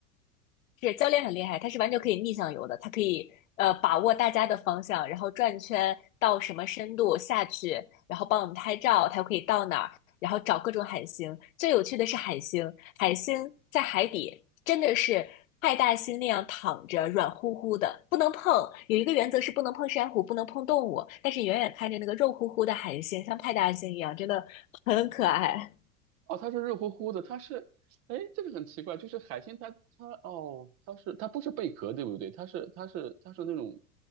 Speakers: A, on the left; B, on the right.
A: 是教练很厉害，他是完全可以逆向游的，他可以呃把握大家的方向，然后转圈到什么深度下去，然后帮我们拍照，他又可以到哪儿，然后找各种海星。最有趣的是海星，海星在海底真的是派大星那样躺着，软乎乎的，不能碰。有一个原则是不能碰珊瑚，不能碰动物，但是远远看着那个肉乎乎的海星，像派大星一样，真的很可爱。
B: 哦，他是热乎乎的，他是，哎，这个很奇怪，就是海星它它哦，它是它不是贝壳，对不对？它是它是它是那种，